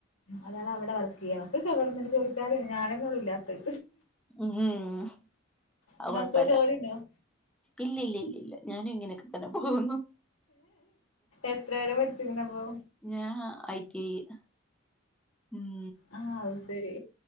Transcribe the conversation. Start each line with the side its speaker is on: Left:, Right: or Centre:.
Left: ഒരാളെ അവിടെ വർക്ക് ചെയ്യാ ഒക്കെ ഗവൺമെന്റ് ജോലിക്കാര ഞാനെന്നെള്ളൂ ഇല്ലാത്ത
Centre: ഉം ഉം അ
Left: ഇങ്ങക്കോ
Centre: കൊഴപ്പല്ല
Left: ജോലിണ്ടോ
Centre: ഇല്ലല്ല ഇല്ലല്ല ഞാനും ഇങ്ങനൊക്കെ തന്നെ പോകുന്നു
Left: എത്ര വരെ പഠിച്ചിക്കണപ്പൊ
Centre: ഞാൻ ഐ ടി ഐ ഉം
Left: ആ അയ് ശരി